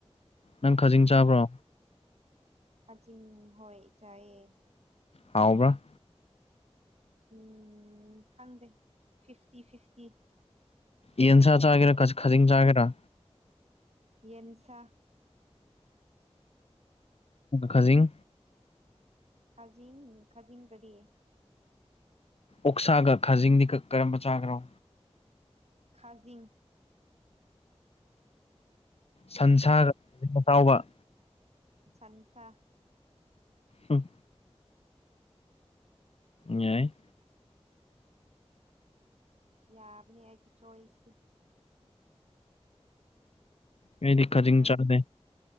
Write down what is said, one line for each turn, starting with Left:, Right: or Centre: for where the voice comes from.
Left: ꯅꯪ ꯈꯥꯖꯤꯡ ꯆꯥꯕ꯭ꯔꯣ
Right: ꯈꯥꯖꯤꯡ ꯍꯣꯏ ꯆꯥꯏꯌꯦ
Left: ꯍꯥꯎꯕ꯭ꯔꯥ
Right: ꯎꯝ ꯈꯪꯗꯦ ꯐꯤꯐꯇꯤ ꯐꯤꯐꯇꯤ
Left: ꯌꯦꯟꯁꯥ ꯆꯥꯒꯦꯔꯥ ꯈꯖꯤꯡ ꯆꯥꯒꯦꯔꯥ
Right: ꯌꯦꯟꯁꯥ
Left: ꯈꯖꯤꯡ
Right: ꯈꯥꯖꯤꯡ ꯈꯥꯖꯤꯡ ꯀꯔꯤ
Left: ꯑꯣꯛꯁꯥꯒ ꯈꯥꯖꯤꯡꯗꯤ ꯀꯔꯝꯕ ꯆꯥꯒ꯭ꯦꯔꯣ
Right: ꯈꯥꯖꯤꯡ
Left: ꯁꯟꯁꯥꯒ <unintelligible> ꯇꯥꯎꯕ
Right: ꯁꯟꯁꯥ
Left: ꯍꯝ ꯌꯥꯏ
Right: ꯌꯥꯕꯅꯦ ꯑꯩꯒꯤ ꯆꯣꯏꯁꯅꯤ
Left: ꯑꯩꯗꯤ
Right: ꯍꯥꯠꯇ꯭ꯔꯣ
Left: ꯈꯖꯤꯡ ꯆꯥꯗꯦ